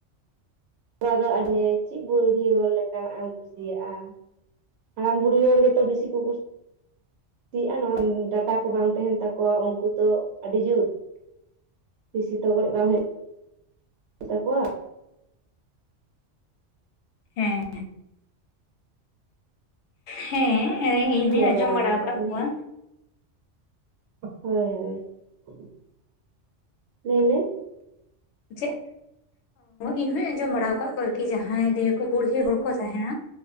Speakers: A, on the right (about 70°); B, on the left (about 70°).
A: ᱱᱚᱣᱟ ᱫᱚ ᱟᱨᱤᱭᱟᱹ ᱪᱮᱫ ᱵᱩᱲᱦᱤ ᱦᱚᱲ ᱞᱮᱠᱟᱱᱟᱜ ᱮᱢ ᱠᱩᱥᱤᱭᱟᱜᱼᱟ ᱦᱟᱲᱟᱢ ᱵᱩᱲᱦᱤ ᱦᱚᱲ ᱜᱮᱛᱚ ᱵᱤᱥᱤ ᱠᱚ ᱠᱩᱥᱤᱣᱟ ᱪᱮᱫ ᱱᱚᱣᱟ ᱰᱟᱴᱟ ᱠᱚ ᱵᱟᱝ ᱛᱟᱦᱮᱱ ᱛᱟᱠᱚᱣᱟ ᱩᱱᱠᱩ ᱛᱚ ᱟᱹᱰᱤ ᱡᱩᱛ ᱵᱤᱥᱤ ᱛᱚᱜᱚᱡ ᱵᱟᱝ ᱦᱩᱭᱩᱜᱼᱟ ᱛᱟᱠᱚᱣᱟ <unintelligible>
B: ᱦᱮᱸ ᱦᱮᱸ ᱦᱮᱸ ᱤᱧ ᱫᱚᱧ
A: ᱞᱟᱹᱭ
B: ᱟᱸᱡᱚᱢ ᱵᱟᱲᱟ
A: ᱟᱠᱟᱫᱟᱹᱧ
B: ᱟᱠᱟᱫ ᱠᱚᱣᱟ
A: ᱦᱳᱭ ᱦᱳᱭ ᱞᱟᱹᱭ ᱢᱮ
B: ᱪᱮᱫ ᱤᱧᱦᱚᱧ ᱟᱸᱡᱚᱢ ᱵᱟᱲᱟ ᱟᱠᱟᱫ ᱠᱚᱣᱟ ᱟᱨᱠᱤ ᱡᱟᱦᱟᱸᱭ ᱫᱤᱭᱮ ᱠᱚ ᱵᱩᱲᱦᱤ ᱦᱚᱲ ᱠᱚ ᱛᱟᱦᱮᱱᱟ᱾